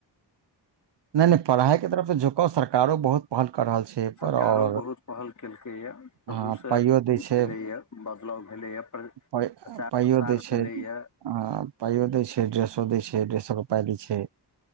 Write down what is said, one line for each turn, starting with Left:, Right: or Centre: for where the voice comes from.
Right: नहि नहि पढ़ाइ के तरफसँ झुको सरकारो बहुत पहल कऽ रहल छै ओपर
Left: सरकारो
Right: आओर
Left: बहुत पहल केलकैए तहूसँ
Right: ह पाइयो
Left: भेलैए
Right: दै छै
Left: बदलाव भेलैए प्र
Right: पाइ
Left: प्रचार
Right: पाइओ
Left: प्रसार
Right: दै छै
Left: भेलैए
Right: आ पाइयो दै छै ड्रेसो दै छै ड्रेसो के पाइ दै छै